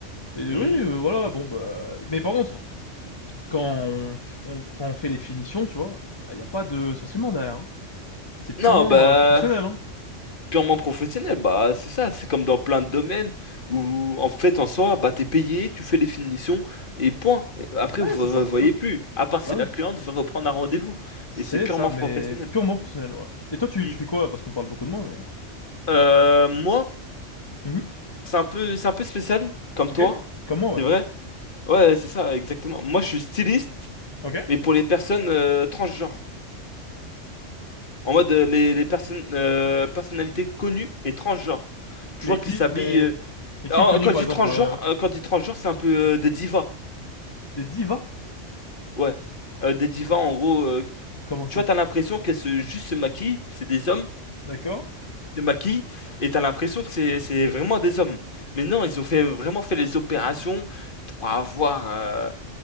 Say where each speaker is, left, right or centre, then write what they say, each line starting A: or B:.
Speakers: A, on the left (about 25°); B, on the left (about 45°).
A: Et
B: Hmm
A: oui, euh, voilà, bon bah. Mais par contre, quand on, f- on- quand on fait les finitions, tu vois, il n'y a pas de sentiment derrière. hein. C'est purement
B: Non, bah...
A: euh, professionnel, hein.
B: purement professionnel, bah c'est ça, c'est comme dans plein de domaines où en fait en soi, bah t'es payé, tu fais les finitions et point. Et Après
A: Ouais,
B: vous
A: c'est
B: ne
A: ça,
B: revoyez
A: c'est ça.
B: plus, à part si
A: Bah
B: la
A: ouais,
B: cliente veut reprendre un rendez-vous
A: c'est
B: et c'est purement
A: ça, mais
B: professionnel.
A: purement professionnel, voilà. Et toi, tu,
B: Mm.
A: tu fais quoi? Parce qu'on parle beaucoup de moi, mais.
B: Euh, moi,
A: Mhm.
B: c'est un peu, c'est un peu spécial comme
A: Ok,
B: toi,
A: comme moi, ouais.
B: c'est vrai? Ouais, c'est ça, exactement. Moi je suis styliste,
A: Ok.
B: mais pour les personnes euh, transgenres, en mode euh, les, les personnes euh, personnalités connues et transgenres. Tu
A: Mais
B: vois qu'ils
A: qui,
B: s'habillent.
A: mais,
B: euh,
A: mais qui
B: En-
A: est connu,
B: Quand
A: par
B: je dis
A: exemple,
B: transgenre,
A: euh,
B: euh, quand je dis transgenre, c'est un peu euh, des divas.
A: des divas?
B: Ouais. Euh, des
A: C-
B: divas, en gros. euh,
A: Comment ça?
B: tu vois, t'as l'impression qu'elles se, juste se maquillent. C'est des hommes,
A: D'accord?
B: se maquillent. Et t'as l'impression que c'est, c'est vraiment des hommes. Mais non, ils ont fait, vraiment fait les opérations pour avoir euh,